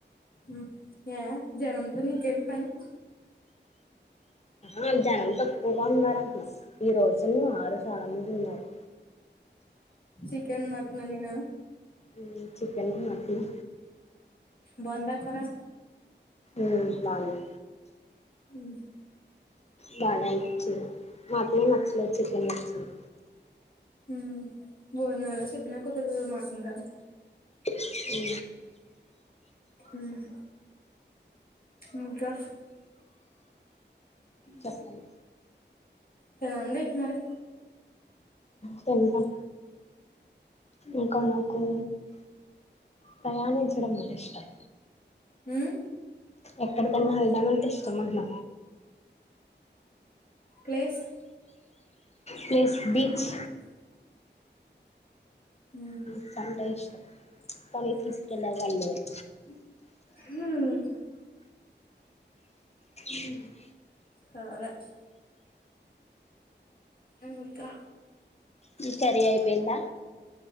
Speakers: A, on the left; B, on the left.
A: ఉమ్ ఏ జనంతో నీకేంటి పని
B: ఆ జనం తో ఇంకా ఉన్నారంటన ఈరోజు మారస్ చాలామంది ఉన్నారు
A: చికెన్ మటన్ వండినా
B: ఉమ్ చికెను, మట్ ను
A: బందా కురా
B: ఉమ్ బావుంది
A: ఉమ్
B: బానే అనిపిచింది మటనె నచ్ నాక్ చికెన్ నచ్చింది
A: ఉమ్ భోజనాల్లో చికెనే కుదరదు మటన్ కన్నా
B: ఊ
A: ఉమ్ ఇంకా
B: చెప్పాలి
A: తినండి మరి
B: తింటాం ఇంకా నాకు ప్రయాణించడం నాక్ ఇష్టం
A: ఉమ్
B: ఎక్కడికన్న వెళ్దామంటే ఇష్ సమడ్ల
A: ప్లేస్
B: ప్లేస్ బీచ్
A: ఉమ్
B: బీచ్ అంటే ఇష్టం కని తీస్కెళ్లే వాళ్ లేరు
A: ఉమ్
B: ఉమ్
A: సరే ఇంకా
B: ఉమ్ కర్రీ అయిపెందా